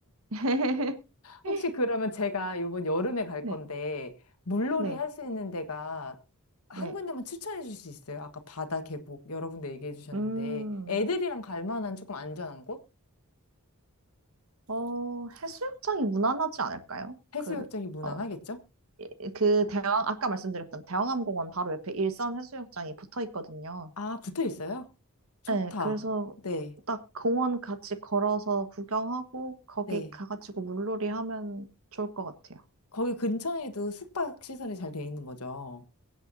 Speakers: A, on the right; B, on the left.
A: <laughs>
B: 혹시 그러면 제가 이번 여름에 갈
A: 네.
B: 건데, 물놀이
A: 네.
B: 할 수 있는 데가 한
A: 네.
B: 군데만 추천해 줄 수 있어요? 아까 바다, 계곡 여러 군데 얘기해 주셨는데,
A: 음,
B: 애들이랑 갈 만한 조금 안전한 곳?
A: 어, 해수욕장이 무난하지 않을까요?
B: 해수욕장이
A: 그,
B: 무난하겠죠?
A: 어, 이- 그 대왕, 아까 말씀드렸던 대왕암공원 바로 옆에 일산 해수욕장이 붙어 있거든요.
B: 아, 붙어 있어요? 좋다.
A: 네, 그래서
B: 네,
A: 딱 공원 같이 걸어서 구경하고 거기
B: 네.
A: 가가지고 물놀이 하면 좋을 것 같아요.
B: 거기 근처에도 숙박 시설이 잘 돼 있는 거죠?